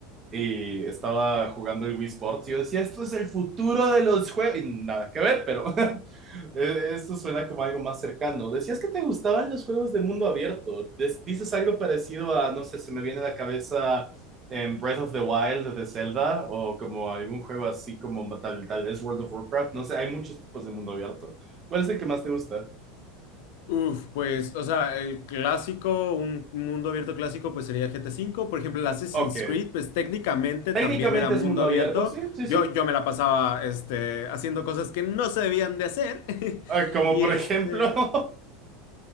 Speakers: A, on the right; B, on the left.
A: y estaba jugando el Wii Sports, y yo decía, esto es el futuro de los juegos. Y nada que ver, pero <laughs> eh, esto suena como algo más cercano. Decías que te gustaban los juegos de mundo abierto. Des- dices algo parecido a, no sé, se me viene a la cabeza en Breath of the Wild de Zelda o como algún juego así como tal, tal vez World of Warcraft. No sé, hay muchos tipos de mundo abierto. ¿Cuál es el que más te gusta?
B: Uf, pues, o sea, el clásico, un mundo abierto clásico, pues sería GTA V. Por ejemplo, el Assassin's
A: Ok.
B: Creed, pues técnicamente
A: Técnicamente
B: también era mundo
A: es mundo
B: abierto.
A: abierto, sí, sí,
B: Yo,
A: sí.
B: yo me la pasaba, este, haciendo cosas que no se debían de hacer. <laughs>
A: Ah, como
B: Y
A: por
B: este,
A: ejemplo. <laughs>